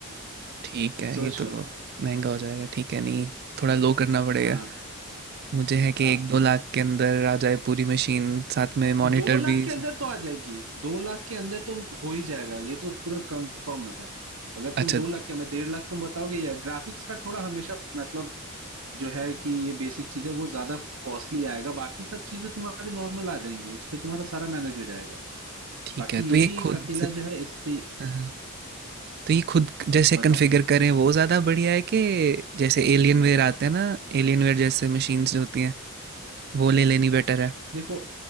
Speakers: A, on the right; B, on the right.
A: ठीक है
B: सोच
A: ये तो
B: लो
A: महंगा हो जाएगा ठीक है नहीं थोड़ा लो करना
B: हाँ
A: पड़ेगा मुझे है कि
B: हाँ
A: एक दो लाख के अंदर आ जाए पूरी मशीन साथ में मॉनिटर
B: दो लाख
A: भी
B: के
A: सब-
B: अंदर तो आ जाएगी दो लाख के अंदर तो हो ही जाएगा ये तो पूरा कंफर्म है अगर
A: अच्छा
B: तुम दो लाख क्या मैं डेढ़ लाख तुम बताओगे या ग्राफिक्स कार्ड थोड़ा हमेशा मतलब जो है कि ये बेसिक चीजें वो ज्यादा कॉस्टली आएगा बाकी सब चीजें तुम्हारी नॉर्मल आ जाएंगी उस पे तुम्हारा सारा मैनेज हो जाएगा
A: ठीक
B: बाकी
A: है तो
B: यही
A: ये
B: एक
A: खुद
B: अकेला जो है इस पे
A: अ, हाँ, तो ये खुद जैसे
B: बताओ
A: कॉन्फ़िगर करें वो ज़्यादा बढ़िया है कि जैसे एलियन वेयर आते हैं ना एलियन वेयर जैसे मशीन्स जो होती हैं वो ले लेनी बेटर है
B: देखो